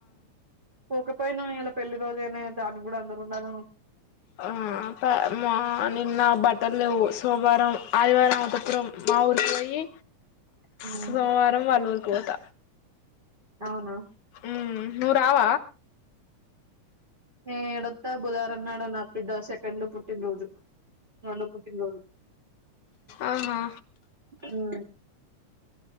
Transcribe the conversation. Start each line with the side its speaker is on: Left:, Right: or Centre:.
Right: పోకపోయినా ఇలా పెళ్లి రోజైనా దాన్ని కూడా అందరు ఉండాల
Left: ఆ మా నిన్న బట్ టల్ల లేవు సోమవారం ఆదివారం అంతఃపురం మా ఊరుకి పోయి
Right: ఉమ్,
Left: సోమవారం వాళ్ళు ఊ కోత
Right: అవునా
Left: హుమ్ నువు రావ
Right: నే ఎడొస్తా బుధవారం అన్నాడు నా బిడ్డ సెకండ్ పుట్టిన రోజు రెండో పుట్టినరోోజు
Left: ఆహా
Right: హూ